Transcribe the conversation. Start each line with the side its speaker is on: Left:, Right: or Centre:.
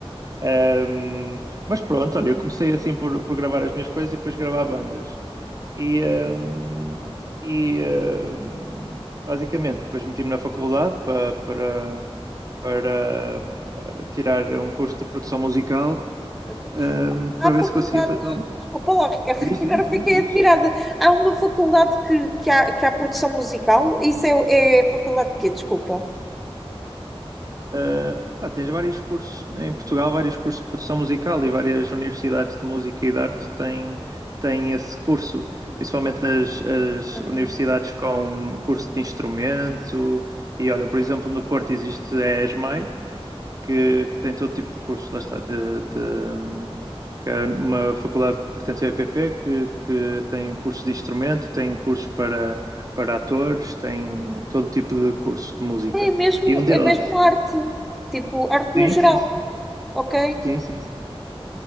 Right: Um, mas pronto, olha, eu comecei assim por, por gravar as minhas coisas e depois gravar bandas. E, um, e um, basicamente, depois meti-me na faculdade para, para, para uh, tirar um curso de produção musical,
Centre: Ok.
Right: um, para
Centre: há faculdades.
Right: ver se conseguia fazer. Oh,
Centre: Desculpa lá, Ricardo,
Right: diz,
Centre: <laughs> que
Right: diz,
Centre: agora
Right: diz,
Centre: fiquei
Right: diz.
Centre: admirada. Há uma faculdade que, que, há, que há produção musical? Isso é, é faculdade de quê? Desculpa.
Right: Uh, pá, tens vários cursos em Portugal, vários cursos de produção musical e várias universidades de música e de arte têm, têm esse curso, principalmente as, as
Centre: Hum.
Right: universidades com curso de instrumento. E olha, por exemplo, no Porto existe a ESMAI, que, que tem todo tipo de cursos, lá está, de, de- que é uma faculdade que pertence ao EPP, que, que tem cursos de instrumento, tem cursos para, para atores, tem todo tipo de curso de música.
Centre: É mesmo,
Right: E um deles.
Centre: é mesmo arte. Tipo, arte
Right: Sim,
Centre: no geral,
Right: sim, sim.
Centre: ok?
Right: Sim, sim, sim.